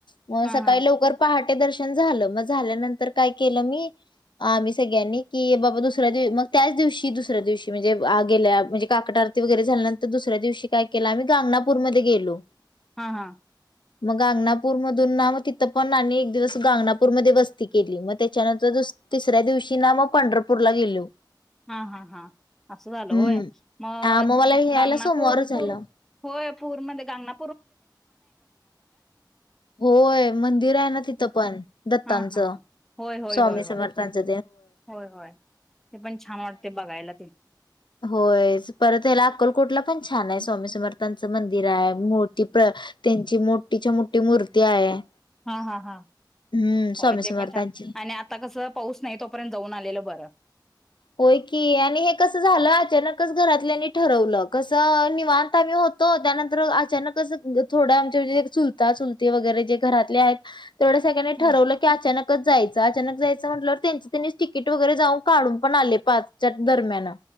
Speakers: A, on the left; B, in the centre.
A: मग
B: हा
A: सकाळी
B: हा
A: लवकर पहाटे दर्शन झालं मग झाल्यानंतर काय केलं मी आम्ही सगळ्यांनी की बाबा दुसऱ्या दिव मग त्याच दिवशी दुसऱ्या दिवशी म्हणजे आ गेल्या म्हणजे काकडा आरती वगैरे झाली. नंतर दुसऱ्या दिवशी काय केलं आम्ही गांगनापूर मध्ये गेलो.
B: हा हा.
A: मग गांगनापूर मधून ना मग तिथं पण एक दिवस गांगनापूर म वस्ती केली मग त्याच्यानंतर दुस तिसऱ्या दिवशी ना मग पंढरपूरला गेलो.
B: हा हा हा असं झालं
A: हम्म
B: होय. मग
A: हा मला हे यायला
B: गांगनापूर
A: सोमवार झाला
B: पूर होय पूरमध्ये गगना
A: होय मंदिर आहे ना तिथं पण दत्तांचं
B: हा हा हा. होय होय
A: स्वामी
B: होय होय
A: समर्थांचं
B: होय होय ते पण छान वाटते बघायला ते.
A: होयच परत याला अक्कलकोटला. पण छाने स्वामी समर्थांचं मंदिर आहे मूर्ती प्र त्यांची मोठीच्या मो ठी मूर्ती आहे.
B: हा हा हा.
A: हम्म
B: होय
A: स्वामी
B: ते
A: समर्थांची
B: पण छान आणि आता कस पाऊस नाही तोपर्यंत जाऊन आलेलं बरं.
A: होय की आणि हे कस झालं अचानकच घरातल्यानी ठरवलं कस निवांत आम्ही हो होत त्यानंतर अचानकच थोड आमच्या म्हणजे चुलता चुलती वगैरे जे घरातले आहेत. तेवढं सगळ्यांनी
B: हम्म
A: ठरवलं की अचानकच जायचं अचानक जायचं म्हटलंवर त्यांचं त्यांनीच तिकीट वगैरे जाऊन काढून पण आले पाच दरम्यान